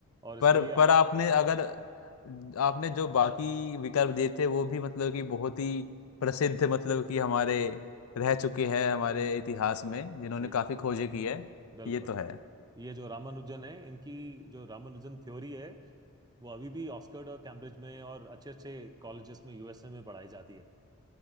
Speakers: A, on the right; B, on the left.
A: और इसके
B: पर
A: लिए
B: पर आपने
A: हाँ
B: अगर आपने जो बाकी विकल्प दिए थे वो भी मतलब कि बहुत ही प्रसिद्ध मतलब कि हमारे
A: हाँ
B: रह चुके हैं हमारे इतिहास में जिन्होंने
A: सही बात
B: काफी
A: है
B: खोजें की है
A: बिल्कुल
B: ये तो है
A: ये जो रामानुजन है इनकी जो रामानुजन थ्योरी है वो अभी भी ऑक्सफोर्ड और कैम्ब्रिज में और अच्छे अच्छे कॉलेजेस में यूएसए में पढ़ाई जाती है